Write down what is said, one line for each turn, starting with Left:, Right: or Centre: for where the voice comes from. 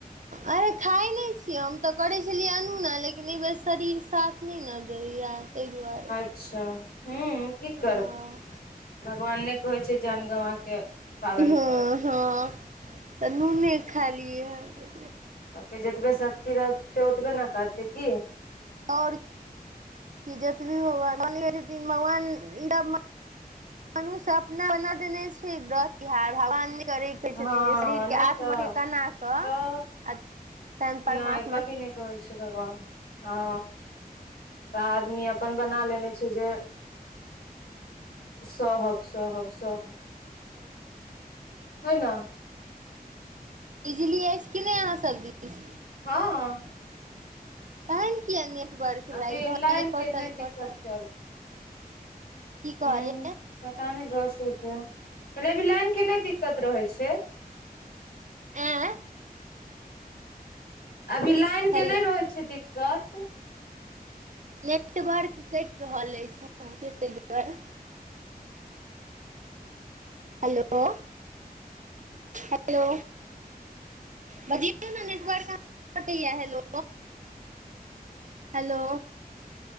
Right: अरे खाइ नहि छियै हम तऽ करै छलियै अनुना लेकिन लेकिन एहि बेर शरीर साथ नहि न दयय ताहि दुआरे।
Left: अच्छा ह्मँ की करबै
Right: हँ
Left: भगवान नहि कहै छै जान गवके पाबेन
Right: हँ
Left: कर।
Right: हँ तऽ नूने खाय लियै।
Left: लोक जतबे शक्ति रहतै ओतबे ने करतै की
Right: आओर जतवी भगवान मानले छथिन भगवान ई <unintelligible> मनुष्य अपना बना देने छै व्रत बिहार भगवान थोड़ी कहि
Left: हँ
Right: छथिन शरीरके
Left: नहि
Right: आत्माक
Left: तऽ
Right: के कना कऽ आ।
Left: तऽ
Right: तहन परमात्मा
Left: नहि कभी नहि कहै छै भगवान हँ। आदमी अपन बना लेने छै जे सहब सहब सहब हे ना।
Right: इजली अछि कि नहि अहाँ सब दिस।
Left: हँ।
Right: तहन किया नेटवर्क
Left: अभी
Right: लागि रहल
Left: लाइन
Right: अइ
Left: के
Right: कटल
Left: नहि दिक्कत
Right: कटल
Left: चल
Right: की कहलिय।
Left: ह पता नहि घसत कहले अभी लाइन के नहि दिक्कत रहै छै।
Right: ऐआ।
Left: अभी लाइन
Right: हेलो
Left: के नहि रहै छै दिक्कत।
Right: नेटवर्क कटि रहल अछि आहां के ताहि दुआरे। Hello hello. बजियो ना नेटवर्क आबैया हेलो। Hello